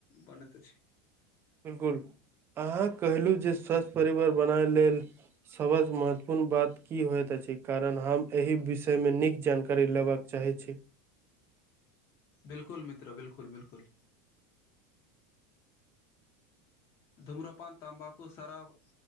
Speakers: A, on the left; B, on the right.
A: बनैत अछि
B: बिलकुल अहाँ कहलहु जे स्वस्थ परिवार बनाय लेल सबसँ महत्वपूर्ण बात की होइत अछि कारण हम एहि विषयमे नीक जानकारी लेबबाक चाहै छी
A: बिलकुल मित्र बिलकुल बिलकुल धूमरापान तम्बाकू सराब